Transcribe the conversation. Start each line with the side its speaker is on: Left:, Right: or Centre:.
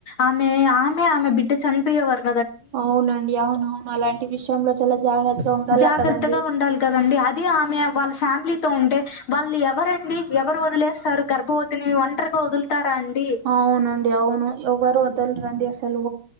Left: ఆమె ఆమె ఆమె బిడ్డ చనిపోయే వారు
Right: అవునండి అవునవును అలాంటి విషయంలో చాలా జాగ్రత్తగా ఉండాల
Left: జాగ్రత్తగా
Right: కదండి
Left: ఉండాలి కదండి అది ఆమె వాళ్ళ ఫ్యామిలీతో ఉంటే వాళ్ళు ఎవరండి ఎవరు వదిలేస్తారు గర్భవత్ తిని ఒంటరిగా వదులుతారా అండి
Right: అవునండి అవును ఎవ్వరు వద్దలరండి అసలు